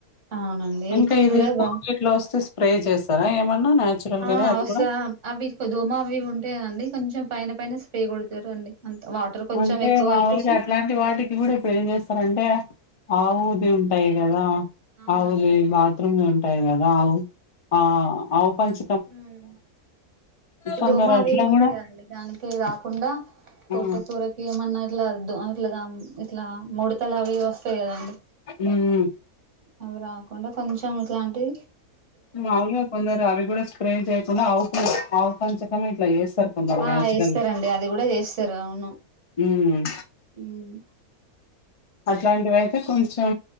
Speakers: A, on the right; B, on the left.
A: అవునండి హెల్త్
B: ఇంకా ఇది
A: కూడా
B: పర్
A: బా
B: గట్లో వస్తే స్ప్రే చేస్తారా ఏమన్నా నాచురల్
A: ఆ
B: గానే అది
A: వస్తా
B: కూడా
A: అవి కొద్దిగా <inaudible> అవి ఇవి ఉంటాయి కదండి కొంచెం పైన పైన స్ప్రే కొడతారు అండి అంత వాటర్ కొంచెం
B: అంటే
A: ఎక్కువ
B: మాముూలుగా
A: కలిపేసి
B: అట్లాంటి వాటికి కూడా ఇప్పుడు ఏం చేస్తారంటే ఆవుది ఉంటాయి కదా
A: అవునండి
B: అవుది బాత్రూమ్ ఉంటాయి కదా ఆవు ఆ పంచ
A: ఇమ్
B: కొందరు
A: దోమా అవి
B: అట్లా
A: ఇవి ఉంటాయి
B: కూడా
A: కదండి దానికి రాకుండా తోట
B: ఆ
A: కూరకి ఏమన్నా ఇట్లా దొ ఇట్లా ఇట్లా ముడతలు అవి ఇవి వస్తాయి కదండి
B: ఉమ్
A: అవి రాకుండా కొంచెం ఇట్లాంటిది
B: మాములుగా కొందరు అవి కూడా స్ప్రే చేయకుండా ఆవు పంచకమే ఆవు పంచకమే ఇట్లా చేస్తారు కొందరు
A: ఆ
B: న్యాచురల్
A: ఏస్తారండి
B: గా
A: అది కూడా ఏస్తారు అవును
B: ఉమ్
A: ఉమ్
B: అట్లాంటివి అయితే కొంచెం